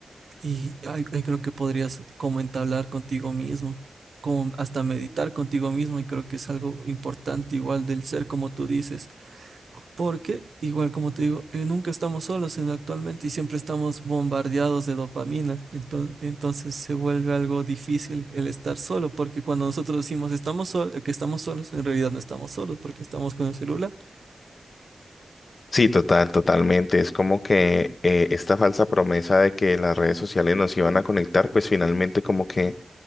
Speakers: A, on the right; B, on the left.
A: Y ay ahí creo que podrías como entablar contigo mismo, como hasta meditar contigo mismo. Y creo que es algo importante igual del ser, como tú dices. Porque, igual como te digo, eh, nunca estamos solos en actualmente y siempre estamos bombardeados de dopamina. Entonces, entonces se vuelve algo difícil el estar solo, porque cuando nosotros decimos estamos sol- que estamos solos, en realidad no estamos solos porque estamos con el celular.
B: Sí, total, totalmente. Es como que eh, esta falsa promesa de que las redes sociales nos iban a conectar, pues finalmente como que